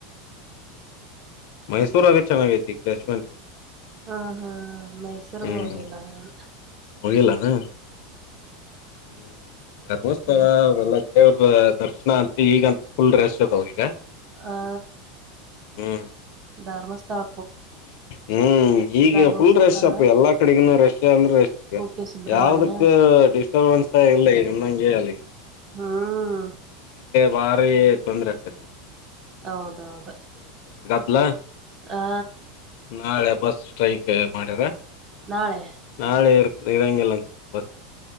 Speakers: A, on the left (about 65°); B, on the right (about 35°).
A: ಮೈಸೂರಾಗ ಚೆನ್ನಾಗೈತಿ ಪ್ಲೇಸ್ಮೆಂಟ್
B: ಹಾ ಹಾ ಮೈಸೂರ್ಗ್
A: ಹ್ಮ್
B: ಹೋಗಿಲ್ಲ ನಾನು
A: ಹೋಗಿಲ್ಲ ಏನು ಹ್ಮ್ ಧರ್ಮಸ್ಥಳ
B: ಹ್ಮ
A: ಅವಲ್ಲ ದೇವ್ರ ದರ್ಶನ ಅಂತು ಈಗಂತ ಫುಲ್ ರಶ್ ಅದಾವ ಈಗ
B: ಆ
A: ಹ್ಮ್
B: ದರಮಸ್ಥಳ.
A: ಹ್ಮ್ ಈಗ
B: ಧರ್ಮಸ್ಥಳ
A: ಫುಲ್ ರಶ್ ಅಪ್ ಎಲ್ಲಾ ಕಡೆಗನುೂ ರಶ್ ಅಂದ್ರೆ ರೆಶ್ ಈಗ
B: ಕುಕ್ಕೆ ಸುಬ್ರಹ್ಮಣ್ಯ
A: ಯಾವದಕ್ ಡಿಸ್ಟರ್ಬನ್ಸ್ಸ ಇಲ್ಲಗ ಹೇಳಲ್ಲಿ.
B: ಹ್ಮ್
A: ಬಾರಿ ತೊಂದ್ರರೆ ಆಕತ.
B: ಹೌದೌದು
A: <unintelligible>
B: ಹಾ
A: ನಾಳೆ ಬಸ್ ಸ್ಟ್ರೈಕ್ ಮಾಡ್ಯಾರ
B: ನಾಳೆ
A: ನಾಳೆ ಈರಂಗಿಲ್ಲಾ ಅನ್ಸುತ್ತೆ ಬಸ್